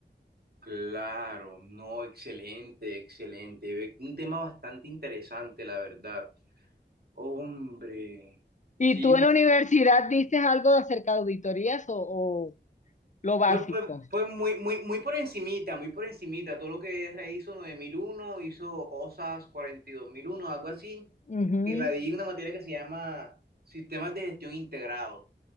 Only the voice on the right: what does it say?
Claro, no, excelente, excelente. Ve- Un tema bastante interesante, la verdad. Hombre,
sí,
me
Pues, pues, pues muy, muy, muy por encimita, muy por encimita. Todo lo que ella hizo 9001 hizo OSAS 42001 algo así,
que la di una materia que se llama Sistemas de Gestión Integrado.